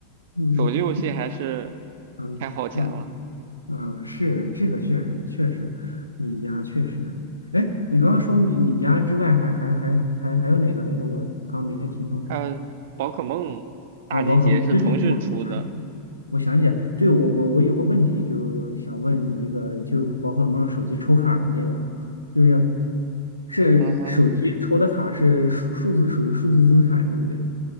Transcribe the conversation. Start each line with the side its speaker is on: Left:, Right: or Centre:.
Left: 嗯
Right: 手机游戏还是
Left: 嗯嗯
Right: 太耗钱了。
Left: 嗯，是这个确实确实，米家确实，哎，你刚刚说米米家之外还，还还还还还有哪个来着？我刚刚没太听懂。
Right: 还有宝可梦大集结是腾讯出的，
Left: 哦，宝可梦，对对对，我我想起来，我想起来对我我我有个问题，就想问你那个，就宝可梦手机抽卡儿那个，就是是手机抽的卡是数数字属于数字资产，
Right: 嗯哼。
Left: 对不对？